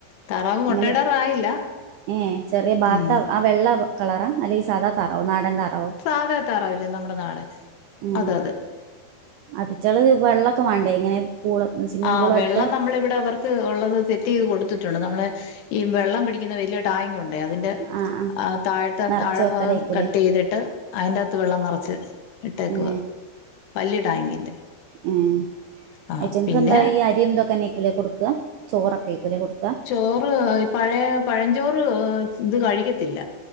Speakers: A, on the left; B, on the right.
A: താറാവ് മുട്ടയിടാറായില്ല
B: എങ്ങനെ ഏ ചെറിയ ബാത്ത
A: ഉം
B: ആ വെള്ള കളറാ അല്ലെങ്കിൽ സാദാ തറാവോ നാടൻ താറാവോ
A: സാധാ താറാവില്ലേ നമ്മുടെ നാടൻ
B: ഏ
A: അത് അത്
B: അതിറ്റള് വെള്ളൊക്കെ വാണ്ടേ ഇങ്ങനെ പൂള് സ്വിമ്മിംഗ്
A: ആഹ്
B: പൂൾ പോലത്തെ
A: വെള്ളം നമ്മളിവിടെ അവർ ക്ക് ഒള്ളത് സെറ്റ് ചെയ്ത് കൊടുത്തിട്ടുണ്ട് നമ്മളെ ഈ വെള്ളം പിടിക്കുന്ന വലിയ ടാങ്കുണ്ടെ അതിന്റെ
B: ആ ആ
A: താഴത്തെ
B: നിറച്ച്
A: താഴെഭാഗം
B: വെക്കലേക്കൂലേ
A: കട്ടൈയ്ത്ട്ട് ഐന്റാത്ത് വെള്ളം നിറച്ച് ഇട്ടേക്കുവാ
B: ഏ
A: വല്ല്യ ടാങ്കിന്റെ
B: ഏഹ്
A: ആ
B: ഐറ്റങ്ങക്ക്
A: പിന്നെ
B: എന്താ ഈ അരീം ഇതൊക്കെന്നേക്കുംലെ കൊട് ക്കാ ചോറ് ഒക്കെ എയ്ക്കുലെ കൊട്ക്കാ.
A: ചോറ് ഈ പഴെ പഴഞ്ചോറ് ഏഹ് ഇത് കഴിക്കത്തില്ല.